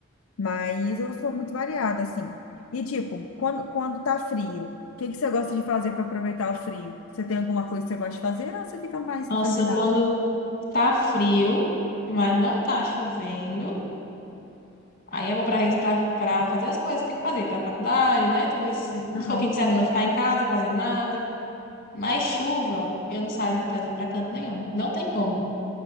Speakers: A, on the left; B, on the left.
A: Mas eu sou muito variada, assim. E tipo, quando, quando tá frio, o que que você gosta de fazer para aproveitar o frio? Você tem alguma coisa que você gosta de fazer ou você fica mais sem
B: Nossa,
A: fazer nada?
B: quando tá frio, mas não tá chovendo. Aí é bom para para fazer as coisas que tem que fazer, para faculdade, né? Tudo isso. Se se
A: Aham.
B: for fim de semana, ficar em casa, fazer nada. Mas chuva, eu não saio de casa para canto nenhum. Não tem como.